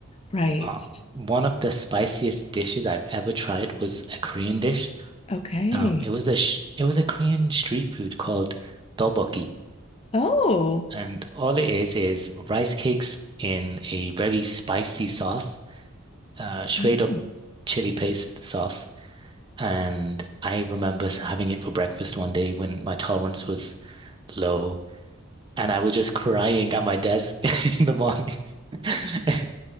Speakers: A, on the left; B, on the right.
A: Right.
B: Uh, one of the spiciest dishes I've ever tried was a Korean dish,
A: Okay.
B: Um, it was a sh it was a Korean street food called tteokbokki,
A: Oh,
B: and all it is is rice cakes in a very spicy sauce, uh, straight
A: Mm.
B: up chili paste sauce. And I remember s- having it for breakfast one day when my tolerance was low, and I was just crying at my desk <laughs> in the morning. <laughs>